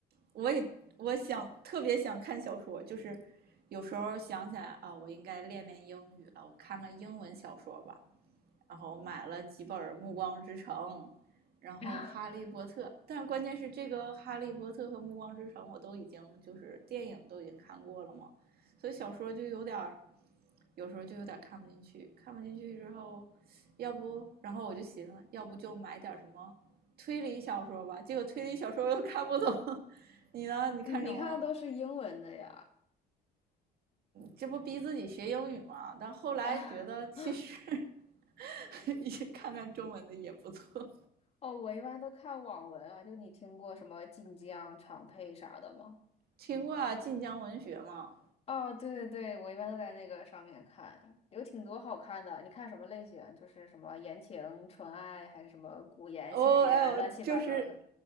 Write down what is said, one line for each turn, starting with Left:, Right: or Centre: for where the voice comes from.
Right: 我也我想特别想看小说，就是有时候想起来啊，我应该练练英语了，我看看英文小说吧。然后买了几本《暮光之城》，然后《哈利波特》，
Left: <laughs>
Right: 但是关键是这个《哈利波特》和《暮光之城》我都已经就是电影都已经看过了嘛，所以小说就有点儿，有时候就有点看不进去，看不进去之后，要不然后我就寻思，要不就买点什么推理小说吧，结果推理小说又看不懂。<laughs> 你呢？你看什么？
Left: 你看的都是英文的呀？
Right: 这不逼自己学英语吗？但后来觉得其实
Left: 啊 <laughs>
Right: <laughs> 看看中文的也不错。
Left: 哦，我一般都看网文啊，就你听过什么晋江、长佩啥的吗？
Right: 听过啊，晋江文学吗？
Left: 哦，对对对，我一般都在那个上面看，有挺多好看的。你看什么类型？就是什么言情、纯爱，还是什么古言、
Right: 哦，
Left: 现言，
Right: 哎呦，
Left: 乱七八糟的。
Right: 就是